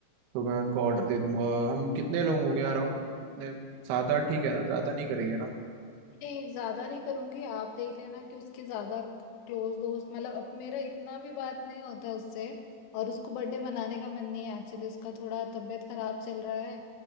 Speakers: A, on the right; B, on the left.
A: तो मैं उनको ऑर्डर
B: अच्छा
A: दे दूंगा हम कितने लोग हो गए यार राउंड कितने सात आठ ठीक है ना ज्यादा नहीं करेंगे ना
B: नहीं ज्यादा नहीं करूंगी आप देख लेना कि उसके ज्यादा क्लोज दोस्त मतलब अब मेरा इतना भी बात नहीं होता उससे और उसको बर्थडे मनाने का मन नहीं है एक्चुअली उसका थोड़ा तबीयत खराब चल रहा है